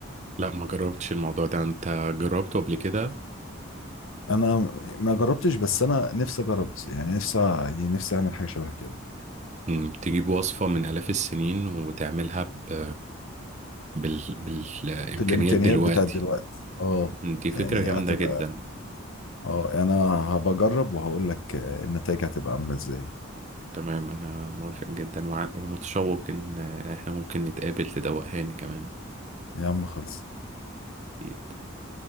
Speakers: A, on the right (about 35°); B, on the left (about 75°).
A: لا ما جربتش الموضوع ده انت جربته قبل كده
B: أنا ما جربتش بس أنا نفسي أجرب يعني نفسي يعني نفسي أعمل حاجة شبه كده
A: أمم، تجيب وصفة من آلاف السنين وتعملها ب... بال... بالإمكانيات
B: في الإمكانيات
A: دلوقتي
B: بتاعت دلوقتي اه
A: أمم، دي فكرة
B: يعني
A: جامدة
B: هتبقى
A: جدا
B: اه يعني انا هبجرب وهقول لك آه، النتائج هتبقى عامله ازاي
A: تمام أنا موافق جدا وع- ومتشوق إن إحنا ممكن نتقابل تدوقهاني كمان
B: يا عم خلص
A: أكيد